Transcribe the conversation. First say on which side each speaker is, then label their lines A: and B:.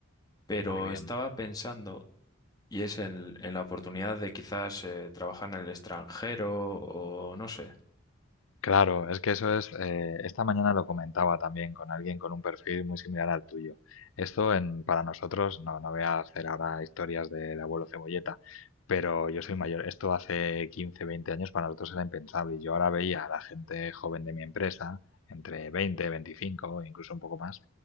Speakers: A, on the left; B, on the left.
A: Pero
B: Muy bien.
A: estaba pensando Y es en, en la oportunidad de quizás eh, trabajar en el extranjero o no sé.
B: Claro, es que eso es, eh, esta mañana lo comentaba también con alguien con un perfil muy similar al tuyo. Esto en, para nosotros, no, no voy a hacer ahora historias del abuelo Cebolleta, pero yo soy mayor. Esto hace 15, 20 años para nosotros era impensable y yo ahora veía a la gente joven de mi empresa, entre 20, 25, incluso un poco más,